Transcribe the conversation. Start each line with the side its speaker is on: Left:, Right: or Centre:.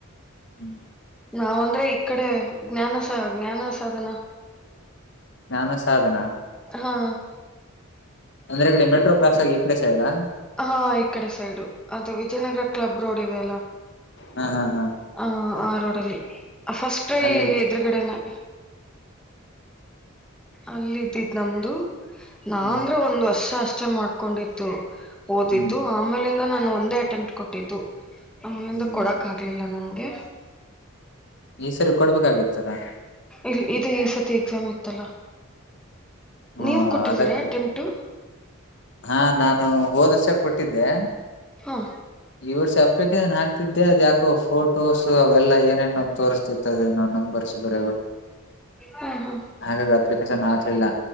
Left: ಹ್ಮ್
Centre: ನಾವ ಅಂದ್ರೆ ಈ ಕಡೆ <unintelligible> ಜ್ಞಾನಸ ಜ್ಞಾನ ಸಾಧನ
Left: ಜ್ಞಾನ ಸಾಧನ
Centre: ಹಾ
Left: ಅಂದ್ರೆ ಕಡೆ ಮೆಟ್ರೋ ಕ್ರಾಸ್ ಆಗಿ ಈ ಕಡೆ ಸೈಡಾ
Centre: ಹಾ ಈ ಕಡೆ ಸೈಡು ಅದು ವಿಜಯನಗರ ಕ್ಲಬ್ ರೋಡ್ <unintelligible> ಎಲ್ಲ
Left: ಹಾ ಹಾ ಹಾ
Centre: ಹ ಆ ರೋಡಲ್ಲಿ ಫಸ್ಟ್ಐ
Left: ಅಲ್ಲಿ
Centre: ಎದುರುಗಡೆನ <unintelligible> ಅಲ್ಲ ಇದ್ದಿದ್ ನಮ್ದು <unintelligible> ನಾಂದ್ರ
Left: ಹ್ಮ್
Centre: ಒಂದ್ ವರ್ಷ ಅಷ್ಟ ಇಷ್ಟ ಮಾಡ್ಕೊಂಡತ್ತು ಓದಿದ್ದು
Left: ಹ್ಮ್
Centre: ಆಮೇಲೆ ನಾನು ಒಂದೇ ಅಟೆಂಪ್ಟ್ ಕೊಟ್ಟಿದ್ದು ಆಮಲಿಂದ
Left: ಹ್ಮ್
Centre: ಕೊಡಕ್ ಆಗ್ಲಿಲ್ಲ ನಂ್ಗೆ
Left: ಈ ಸರಿ ಕೊಡ್ಬೇಕಾಗಿತ್ತಲ್ಲಾ
Centre: ಇಲ್ ಇದೇ ಈ ಸತಿ ಎಕ್ಸಾಮ್ ಇತ್ತಲ್ಲ
Left: ಹಾ
Centre: ನೀವು ಕೊಟ್ಟಿದ್ದೀರಾ
Left: ಅದಕ್ಟ
Centre: ಅಟೆಂಪ್ಟು
Left: ಹಾ ನಾನು ಹೋದರ್ಷ ಕೊಟ್ಟಿದ್ದೆ
Centre: ಹಾ
Left: ಈ ವರ್ಷ ಬಏನ್ ಹಾಕ್ತಿದ್ದೆ ಅದ ಯಾಕೋ ಫೋಟೋಸ್ ಅವೆಲ್ಲ ಏನೇನ ತೋರಿಸಸ್ತಿತ್ತುದ ನಂಬರ್ಸ್ ಬರ
Centre: ಹಾ ಹಾ
Left: ಹಾಗಾಗಿ ಅಪ್ಲಿಕೇಶನ್ ಹಾಕ್ಲಿಲ್ಲ